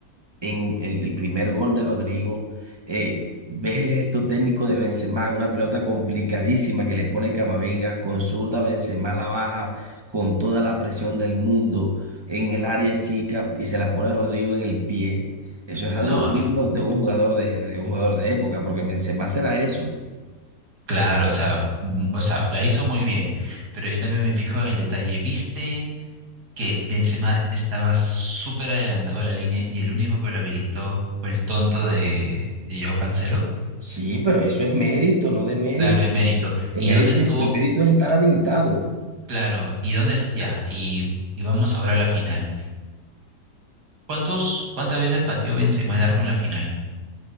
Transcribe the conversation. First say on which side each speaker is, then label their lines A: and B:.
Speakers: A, on the right; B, on the right.
A: en el, el primer gol de Rodrigo, eh, ves el gesto técnico de Benzema, una pelota complicadísima que le pone Camavinga, con zurda Benzema la baja con toda la presión del mundo en el área chica y se la pone a Rodrigo en el pie. Eso es algo
B: No,
A: digno
B: eh,
A: de un jugador de, de un jugador de época, porque Benzema será eso.
B: claro, o sea, mm, o sea, la hizo muy bien, pero yo también me fijo en el detalle. ¿Viste que Benzema estaba súper adelantado a la línea y el único que lo habilitó fue el tonto de, de Joao Cancelo?
A: Sí, pero eso es mérito, no de mérito.
B: Claro, es mérito.
A: El
B: ¿Y
A: mérito,
B: dónde estuvo?
A: el mérito es estar habilitado.
B: Claro, ¿y dónde es? Ya, y, y vamos ahora a la final. ¿Cuántos, cuántas veces pateó Benzema largo en la final?